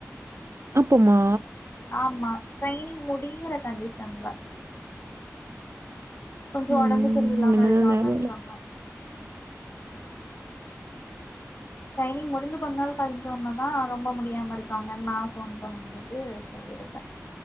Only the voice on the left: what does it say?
ஆமா ட்ரைனிங் முடியிற கண்டிஷன்ல கொஞ்ச
ஒடம்பு சரியில்லாம
இருக்காங்கன்னு
சொன்னா ட்ரைனிங் முடிஞ்சு கொஞ்ச நாள் கழி்சொன்னே தா ரொம்ப முடியாம இருக்காங்கன் நா ஃபோன் பண்ணும்போ து சொல்லி இருக்க